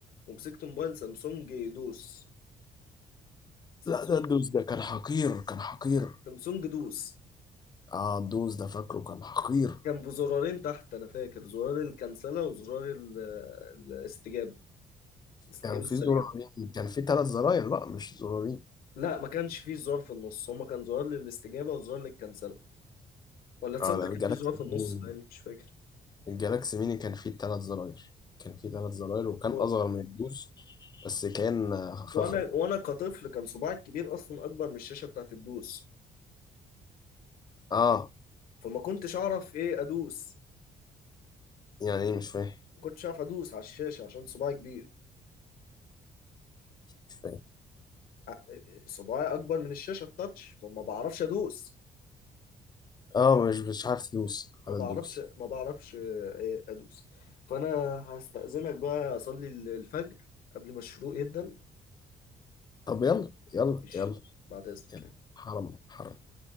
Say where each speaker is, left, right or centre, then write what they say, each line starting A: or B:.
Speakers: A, on the left; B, on the left.
A: ومسكت موبايل سامسونج دوس سامسونج
B: لا ده الدوس ده كان حقير كان حقير
A: سامسونج دوس
B: اه الدوس ده فاكره كان حقير
A: كان بزرارين تحت انا فاكر زرار الكنسله وزرار ال- الاستجابه الاستجابه
B: كان في
A: السريعه
B: زرارين كان في ثلاث زراير لا مش زرارين
A: لا ما كانش فيه زرار في النص هما كان زرار للاستجابه وزرار للكنسله ولا تصدق
B: اه لا
A: كان
B: جالاكسي
A: فيه زرار في النص
B: ميني
A: لان مش فاكر
B: الجالاكسي ميني كان فيه تلات زراير كان فيه تلات زراير وكان
A: و...
B: أصغر من الدوس بس كان آه، فخم
A: وانا وانا كطفل كان صباعي الكبير اصلا اكبر من الشاشه بتاعت الدوس
B: اه
A: فما كنتش اعرف ايه ادوس
B: يعني ايه مش فاهم
A: ما كنتش اعرف ادوس على الشاشه عشان صباعي كبير
B: مش فاهم
A: ع- صباعي اكبر من الشاشه التاتش فما بعرفش ادوس
B: اه مش مش عارف تدوس
A: ما
B: على
A: بعرفش
B: الدوس
A: ما بعرفش آه، ادوس فانا هستأذنك بقى اصلي الفجر قبل ما الشروق يبدأ
B: طب يلا يلا
A: ماشي
B: يلا
A: بعد اذنك
B: يلا
A: يعني
B: حرام حرام